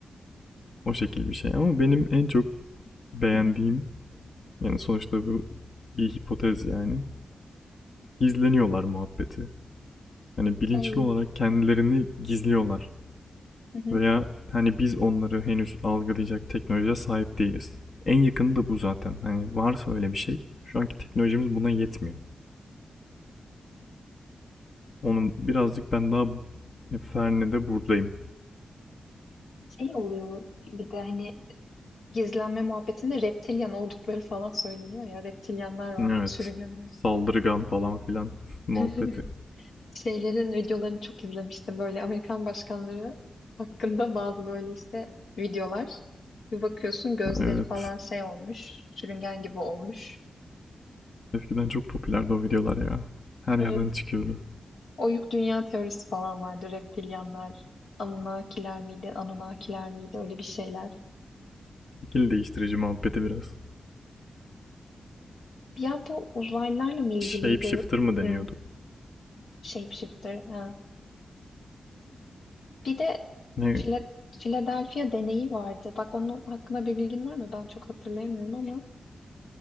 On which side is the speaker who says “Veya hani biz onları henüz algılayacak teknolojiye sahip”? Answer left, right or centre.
Left